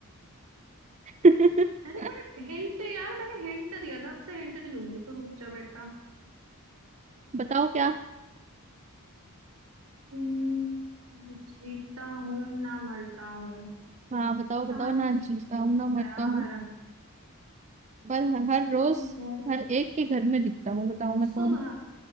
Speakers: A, on the right (about 30°); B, on the right (about 75°).
A: <laughs>
B: अरे पर हिंट यार मैंने हिंट दिया था अब से हिंट नहीं दूंगी तो रुक जा बेटा
A: बताओ क्या
B: हम्म, जीता हूँ ना मरता हूँ
A: हाँ
B: क्या
A: बताओ बताओ
B: नहीं
A: ना
B: जीता
A: जीता हूँ ना मरता
B: यार
A: हूँ पर हर रोज
B: घर
A: हर एक के घर में दिखता हूँ बताओ मैं
B: सुबह
A: कौन